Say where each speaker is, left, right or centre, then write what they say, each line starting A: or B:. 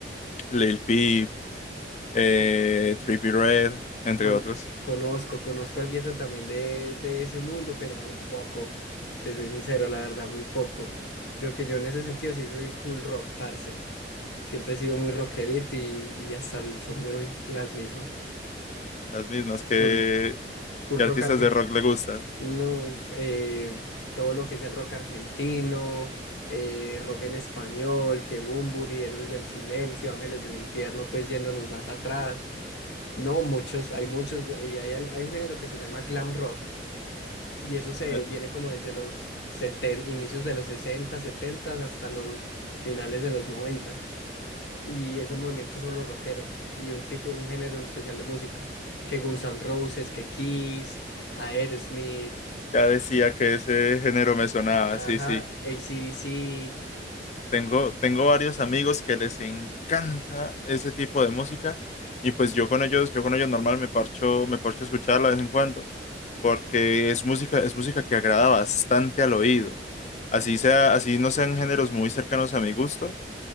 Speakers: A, on the left; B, on the left.
A: Lil Peep, eh,
B: Co-
A: Trippie Redd, entre
B: Con,
A: otros.
B: conozco, conozco algo también de, de ese mundo, pero muy poco. Si te soy sincero, la verdad, muy poco. Yo que yo en ese sentido sí soy full rock, parce. Siempre he sido muy rockerito y, y hasta el son de hoy, las mismas.
A: Las mismas que,
B: Full, full
A: que
B: rock
A: artistas
B: argentino.
A: de rock le gustan.
B: No, eh, todo lo que es el rock argentino, eh, rock en español, Bunbury, Héroes del Silencio, Ángeles del Infierno, pues yéndonos más atrás. No, muchos, hay muchos, y hay, al- hay un género que se llama glam rock, y eso se
A: Me-
B: viene como desde los seten- inicios de los 60 70 hasta los finales de los 90, y es
A: me-
B: un movimiento solo rockero, y un tipo, un género en especial de música, que Guns N' Roses, que Kiss, Aerosmith.
A: ya decía que ese género me sonaba,
B: Ajá,
A: sí, sí.
B: A C D C
A: Tengo, tengo varios amigos que les encanta ese tipo de música y pues yo con ellos, yo con ellos normal me parcho, me parcho a escucharla de vez en cuando porque es música, es música que agrada bastante al oído. Así sea, así no sean géneros muy cercanos a mi gusto,